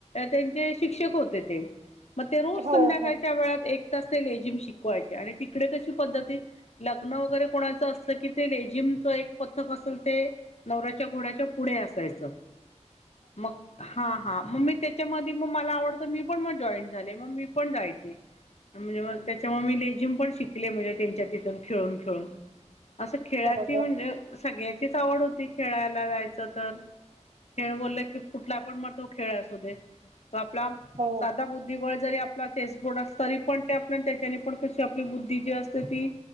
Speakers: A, on the left; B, on the right.
A: त्यांचे शिक्षक होते ते मग ते रोज
B: हो
A: संध्याकाळच्या
B: हो
A: वेळात एक तास ते लेझिम शिकवायचे आणि तिकडे कशी पद्धत आहे लग्न वगैरे कोणाचं असलं की ते लेझीमच एक पथक असेल ते नवऱ्याच्या घोड्याच्या पुढे ते असायचं, मग हा हा मग मी त्याच्यामध्ये मग मला आवडत मी पण मग जॉईट झाले मग मी पण जायची म्हणजे मग त्याच्यामुळे मी लेझीम पण शिकले, म्हणजे त्यांच्या तिथून. खेळून-खेळून असं खेळाची
B: बरोबर
A: म्हणजे सगळ्या चीच आवड होती खेळायला जायचं तर खेळ बोलले की कुठला पण मग तो खेळ असू दे आपला
B: हो
A: साधा बुद्धिबळ जरी आपला चेसबोर्ड असत तरी पण आपल्या त्याच्यानी पण कशी आपली बुद्धी जी असते ती